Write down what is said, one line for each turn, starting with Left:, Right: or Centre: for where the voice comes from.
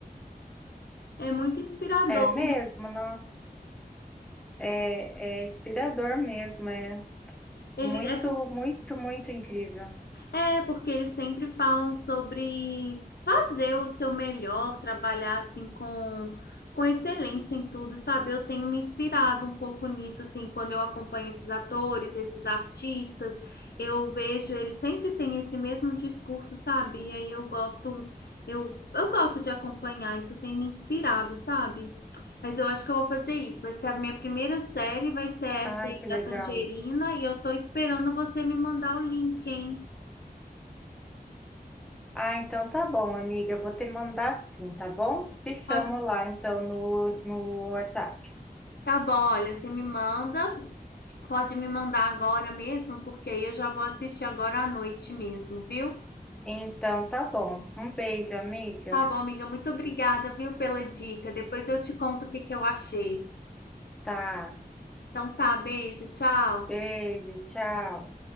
Left: É muito inspirador.
Centre: é mesmo, nossa. É, é inspirador mesmo. É
Left: Ele
Centre: muito,
Left: é por
Centre: muito, muito incrível.
Left: É, porque eles sempre falam sobre fazer o seu melhor, trabalhar assim com, com excelência em tudo, sabe? Eu tenho me inspirado um pouco nisso, assim, quando eu acompanho esses atores, esses artistas, eu vejo eles sempre têm esse mesmo discurso, sabe? E aí eu gosto, eu, eu gosto de acompanhar, isso tem me inspirado, sabe? Mas eu acho que eu vou fazer isso. Vai ser a minha primeira série, vai ser essa
Centre: Ai,
Left: aí
Centre: que legal.
Left: da Tangerina, e eu tô esperando você me mandar o link, hein?
Centre: Ah, então tá bom, amiga. Eu vou te mandar sim, tá bom? Te
Left: Tá
Centre: chamo lá, então, no, no WhatsApp.
Left: bom, olha, você me manda, pode me mandar agora mesmo, porque aí eu já vou assistir agora à noite mesmo, viu?
Centre: Então tá bom. Um beijo, amiga.
Left: Tá bom, amiga, muito obrigada, viu, pela dica. Depois eu te conto o que que eu achei.
Centre: Tá.
Left: Então tá, beijo, tchau.
Centre: Beijo, tchau.